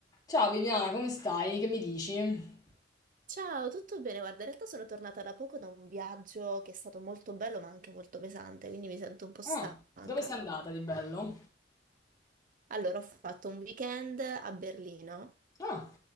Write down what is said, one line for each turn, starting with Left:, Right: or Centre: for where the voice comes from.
Left: Ciao Viviana, come stai? Che mi dici?
Right: Ciao, tutto bene? Guarda, in realtà sono tornata da poco da un viaggio che è stato molto bello ma anche molto pesante, quindi mi sento un po'
Left: Ah,
Right: stanca.
Left: dove sei andata di bello?
Right: Allora, ho fatto un weekend a Berlino.
Left: Ah,